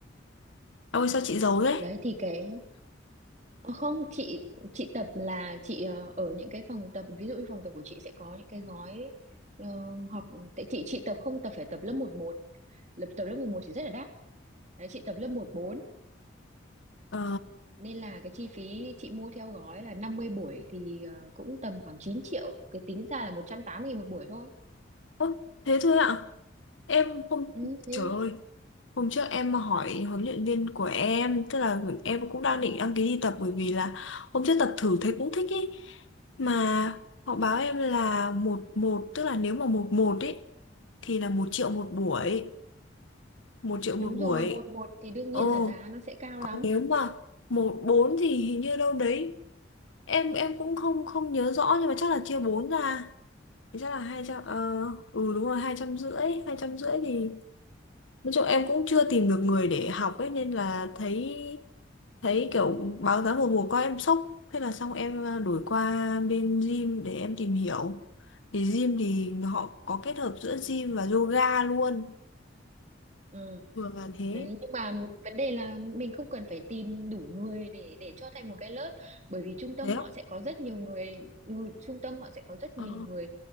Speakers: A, on the left (about 80°); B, on the right (about 35°).
A: Ôi sao chị giấu thế?
B: Đấy thì cái Ờ, không chị chị tập là chị ờ, ở những cái phòng tập ví dụ như phòng tập của chị sẽ có những cái gói ờ, học tại chị chị tập không tập phải tập lớp một một Lớp tập lớp một một thì rất là đắt. Đấy chị tập lớp một bốn
A: Ờ,
B: nên là cái chi phí chị mua theo gói là 50 buổi thì ờ, cũng tầm khoảng 9 triệu, cái tính ra là một trăm tám mươi nghìn một buổi thôi.
A: ố, thế thôi ạ. Em không
B: Ừ thế
A: trời
B: thôi.
A: ơi, hôm trước em mà hỏi huấn luyện viên của em, tức là em cũng đang định đăng ký đi tập bởi vì là hôm trước tập thử thấy cũng thích ý. Mà họ báo em là một một tức là nếu mà một một ý thì là một triệu một buổi, một triệu một
B: Đúng
A: buổi.
B: rồi, một một thì đương nhiên
A: Ồ,
B: là giá nó sẽ cao
A: còn
B: lắm.
A: nếu mà một bốn thì hình như đâu đấy. Em em cũng không không nhớ rõ nhưng mà chắc là chia bốn ra. Thì chắc là hai trăm ờ ừ đúng rồi hai trăm rưỡi hai trăm rưỡi thì nói chung em cũng chưa tìm được người để học ấy nên là thấy thấy kiểu báo giá một mùa qua em sốc thế là xong em ờ, đổi qua bên gym để em tìm hiểu thì gym thì họ có kết hợp giữa gym và yoga luôn
B: Ừ.
A: thường là thế
B: Đấy, nhưng mà vấn đề là mình không cần phải tìm đủ người để để cho thành một cái lớp bởi vì trung tâm
A: thế á?
B: họ sẽ có rất nhiều người ừ, trung tâm họ sẽ có rất
A: Ờ.
B: nhiều người